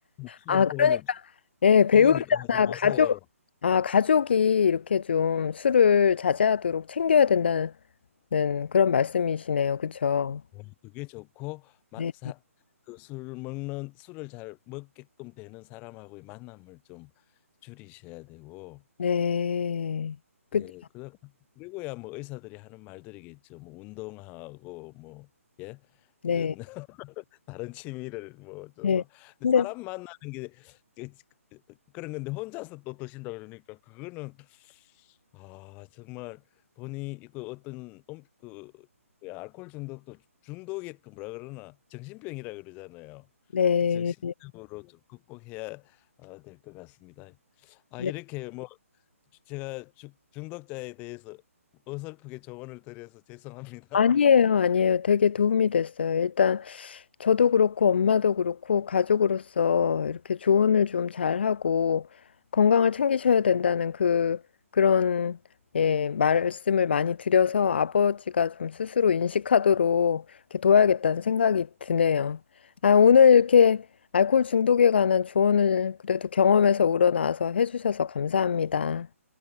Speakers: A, on the left; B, on the left.
A: 술을
B: 아,
A: 먹으면
B: 그러니까, 예, 배우자나
A: 죽으니까 하지 마세요.
B: 가족, 아, 가족이 이렇게 좀 술을 자제하도록 챙겨야 된다는 그런 말씀이시네요. 그쵸?
A: 네, 그게 좋고 마,
B: 네.
A: 사, 그술 먹는 술을 잘 먹게끔 되는 사람하고의 만남을 좀 줄이셔야 되고
B: 네. 그쵸.
A: 예, 그, 그리고야 뭐 의사들이 하는 말들이겠죠. 뭐 운동하고 뭐 예, 이런
B: 네.
A: <laughs> 다른 취미를 뭐좀
B: 네.
A: 하고. 근데
B: 근데,
A: 사람 만나는 게 그- 그- 그런 건데 혼자서 또 드신다 그러니까 그거는 아 정말 본인 그 어떤 음, 그 그 알코올 중독도 중독이 그 뭐라 그러나 정신병이라 그러잖아요.
B: 네.
A: 그 정신적으로 좀 극복해야 아, 될것 같습니다. 아
B: 네.
A: 이렇게 뭐 제가 주- 중독자에 대해서 어설프게 조언을 드려서 죄송합니다.
B: 아니에요,
A: <laughs>
B: 아니에요. 되게 도움이 됐어요. 일단, 저도 그렇고 엄마도 그렇고 가족으로서 이렇게 조언을 좀 잘하고 건강을 챙기셔야 된다는 그 그런 예, 말씀을 많이 드려서 아버지가 좀 스스로 인식하도록 이렇게 도와야겠다는 생각이 드네요. 아, 오늘 이렇게 알코올 중독에 관한 조언을 그래도 경험에서 우러나와서 해주셔서 감사합니다.